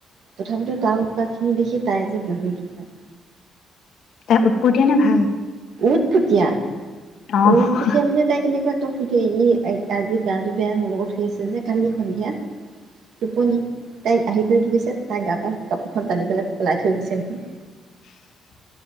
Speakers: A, on the right; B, on the left.
A: তথাপিতো তাৰ উৎপাত সেই দেখি তাই যে বহুত উৎপাত
B: তাই উৎপতিয়া নে ভাল?
A: উৎপতিয়া। উৎপতিয়া
B: অ উম
A: মানে তাই কেনেকুৱা? ইকদম শুই থাকে সি। আজি গাটো বেয়া মোৰ লগত শুই আছে যে। কালি সন্ধিয়া টোপনি তাই আহি পেলাই কি কৰিছে, তাই গা-পা কাপোৰখন টানি পেলায় পেলাই থৈ গৈছে নহয়।
B: <unintelligible>